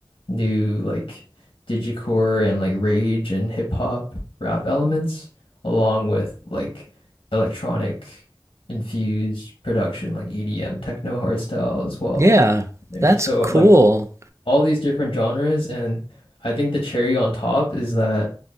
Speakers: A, on the left (about 70°); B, on the right (about 30°).
A: new like digicore and like rage and hip hop rap elements along with like electronic infused production like EDM techno hardstyle as well
B: Yeah,
A: there.
B: that's
A: So
B: cool.
A: like all these different genres and I think the cherry on top is that